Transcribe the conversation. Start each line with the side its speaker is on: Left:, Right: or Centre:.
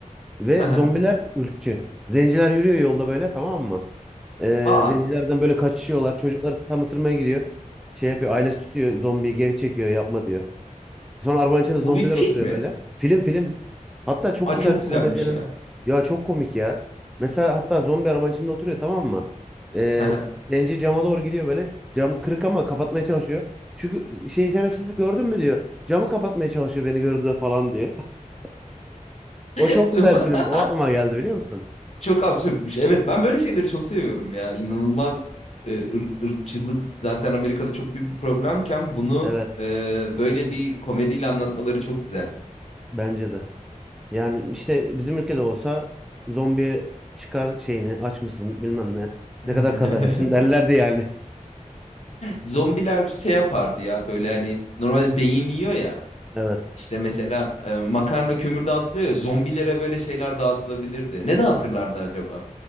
Centre: ve
Left: <laughs> Aha.
Centre: zombiler ırkçı. Zenciler yürüyor yolda böyle tamam mı? E,
Left: Aa,
Centre: zencilerden böyle kaçışıyorlar. Çocukları tam ısırmaya gidiyor. Şey yapıyor ailesi tutuyor zombiyi geri çekiyor yapma diyor. Sonra arabanın içinde zombiler
Left: bu bir film
Centre: oturuyor
Left: mi?
Centre: böyle. Film film. Hatta çok
Left: Aa
Centre: güzel
Left: çok
Centre: bir komedyenin.
Left: güzelmiş ya.
Centre: Ya çok komik ya. Mesela hatta zombi arabanın içinde oturuyor tamam mı? Ee,
Left: Aha.
Centre: zenci cama doğru gidiyor böyle. Cam kırık ama kapatmaya çalışıyor. Çünkü şey şerefsizi gördün mü diyor. Camı kapatmaya çalışıyor beni gördü de falan diyor. <laughs> O
Left: <laughs>
Centre: çok güzel bir film. O aklıma geldi biliyor musun?
Left: Çok absürtmüş. Evet ben böyle şeyleri çok seviyorum ya. İnanılmaz e, ır- ırkçılık zaten Amerika'da çok büyük bir problemken bunu
Centre: Evet
Left: e, böyle bir komediyle anlatmaları çok güzel.
Centre: bence de. Yani işte bizim ülkede olsa zombiye çıkar şeyini aç mısın bilmem ne.
Left: <laughs>
Centre: Ne kadar kazanıyorsun derlerdi yani.
Left: Zombiler şey yapardı ya böyle hani normal beyin yiyor ya.
Centre: <laughs> Evet.
Left: İşte mesela e, makarna kömür dağıtılıyor ya zombilere böyle şeyler dağıtılabilirdi. Ne dağıtırlardı acaba